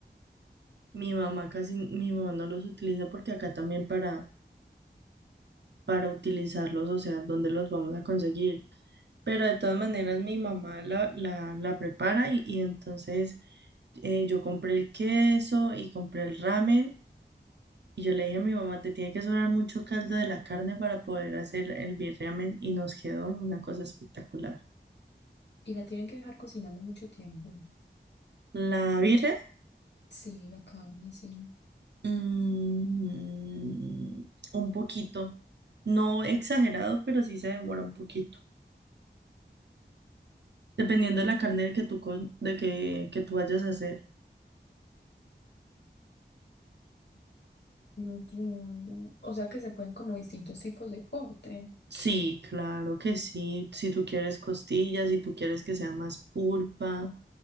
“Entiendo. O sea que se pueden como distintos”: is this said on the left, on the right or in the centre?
Left